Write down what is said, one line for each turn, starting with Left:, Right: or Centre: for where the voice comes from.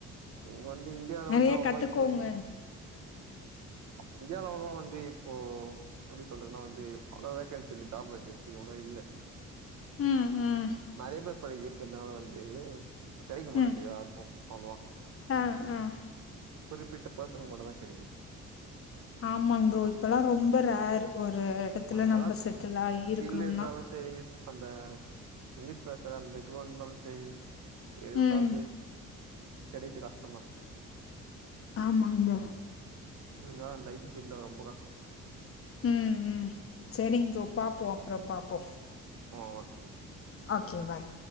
Right: இங்க வந்து இந்தியாவில
Left: நெறைய
Right: வந்து அவ்ள்வா
Left: கத்துக்கோங்க
Right: இப்போதிக்கு இந்தியானாலலா வந்து இப்போ எபடி சொல்றதுனா வந்து அவ்ளோ வேக்கென்சி இல்ல ஜப் வேக்கென்சி அவ்ளோ இல்ல
Left: ம் ம்
Right: நிறைய பேர் படிக்கிறதுனால வந்து கெடைக்க மாட்டின்து
Left: ம்
Right: யாருக்கு ஆமா
Left: ஆ ஆ
Right: குறிப்பிட்ட பேசனக்கு மட்டு தா கெடைக்கிது
Left: ஆமாங் ப்ரோ இப்பெல்லா ரொம்ப ரேரு ஒரு எடத்துல
Right: ஆமா என்னதா
Left: நம்ம செட்டிலாயி
Right: ஸ்கில்
Left: இருக்கணுனா
Right: இருந்தாலு சரி அந்த இங்க்லீஷ் பேசுர அந்த இதுவா இந்தாலு செரி எது வந்தாலு
Left: ம்
Right: செரி கெடையித்து கஷ்டொந்தா
Left: ஆமாங் ப்ரோ
Right: ம் இந்த அந்த ஐடி ஃபீல்ட்ல ரொம்ப கஷ்டோ
Left: ம் ம் செரிங் ப்ரோ பாப்போ அப்றோ பாப்போ
Right: ஆ ஓகே
Left: ஓகே பாய்